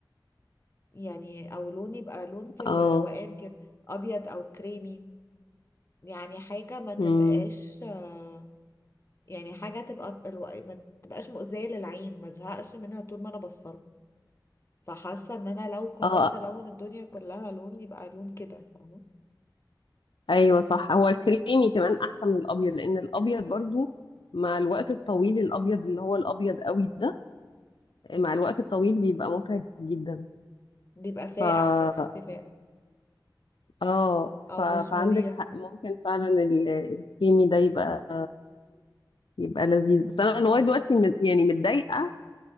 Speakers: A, on the left; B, on the left.
A: يعني او لون يبقى لون في الروقان
B: اه
A: كده ابيض او كريمي يعني حاجه ما تبقاش
B: مم.
A: آه، يعني حاجه تبقى الو- ما تبقاش مؤذيه للعين ما زهقش منها طول ما انا بصلها فحاسه ان انا لو قررت
B: اه
A: الون الدنيا كلها لون يبقى لون كده فاهمه
B: ايوه صح هو الكريمي كمان احسن من الابيض لان الابيض برضو مع الوقت الطويل الابيض اللي هو الابيض قوي ده مع الوقت الطويل بيبقى متعب جدا
A: بيبقى فاقع
B: ف
A: كده تحسيه فاقع
B: اه
A: او
B: ف... فعندك
A: مش مريح
B: حق ممكن
A: مم.
B: فعلا ال- الكريمي ده يبقى يبقى لذيذ بس انا لغايه دلوقتي مت- يعني متضايقه